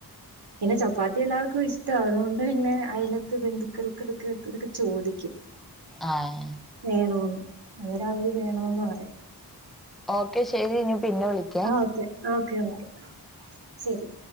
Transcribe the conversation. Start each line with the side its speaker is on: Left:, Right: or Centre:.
Right: പിന്നെ ചപ്പാത്തി എല്ലാർക്കും ഇഷ്ട്ടാ അതുകൊണ്ട് പിന്നെ അയലത്ത് ബന്ധുക്കൾക്കിടക്കെടുത്ത് ഇതൊക്കെ ചോദിക്കും.
Centre: ആഹ്
Right: വേണോന്ന്. അങ്ങന അവര് വേണോന്ന് പറയാ.
Centre: ഓക്കെ ശരി ഇഞ് പിന്നെ വിളിക്
Right: ആ ഓക്കെ ഓക്കെ. ഓക്കെ ശെരി.